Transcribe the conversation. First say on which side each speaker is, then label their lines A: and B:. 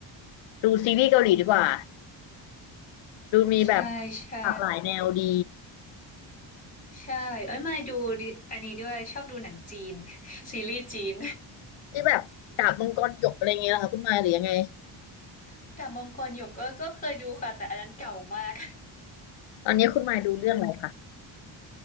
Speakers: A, on the left; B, on the left.
A: ดูซีรีส์เกาหลีดีกว่าดูมีแบบ
B: ใช่ใช่
A: หลากหลายแนวดี
B: ใช่เอ้ยมาดูดิอันนี้ด้วยชอบดูหนังจีน <laughs> ซีรีส์จีน
A: ที่แบบดาบมังกรหยกอะไรเงี้ยเหรอคะคุณมายหรือยังไง
B: <laughs> ดาบมังกรหยกก็ก็เคยดูค่ะแต่อันนั้นเก่ามาก
A: ตอนนี้คุณมายดูเรื่องอะไรคะ